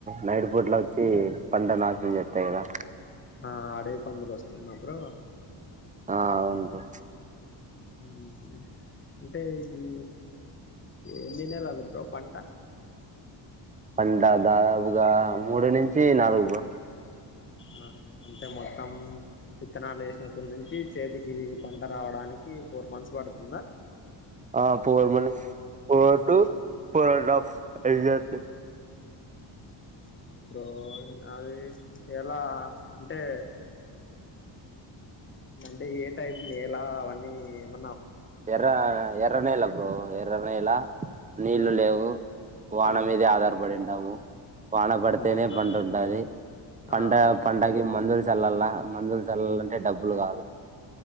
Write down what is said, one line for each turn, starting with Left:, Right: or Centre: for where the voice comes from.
Right: నైట్ పూట్ల వచ్చి పంట నాశనం చేతాయిగా.
Left: ఆ అడవి పందులొస్తున్న బ్రో
Right: ఆ అవును బ్రో
Left: ఉమ్ అంటే ఇది ఎన్ని నెలలు బ్రో పంట.
Right: పంట దాదపుగా మూడు నుంచి నాలుగు బ్రో.
Left: ఆ అంటే మొత్తం విత్తనాలు వేసినప్పుటి నుంచి చేతికి పంట రావడానికి ఫోర్ మంత్స్. పడుతుందా
Right: ఆ four minutes four to four and half exactly.
Left: హా బ్రో అది ఎలా అంటే అంటే ఏ టైప్ నేల అవన్నీ ఏమ
Right: ఎర్ర ఎర్రనేల బ్రో. ఎర్ర నేల నీళ్లు
Left: ఆ
Right: లేవు వాన
Left: ఆ
Right: మీదే ఆధారపడింటాము. వాన పడితేనే
Left: అవునా
Right: పంట ఉంటది. పంట
Left: ఆ
Right: పంటకి మందులు చల్లాల మందులు చల్లాలంటే డబ్బులు కాదు.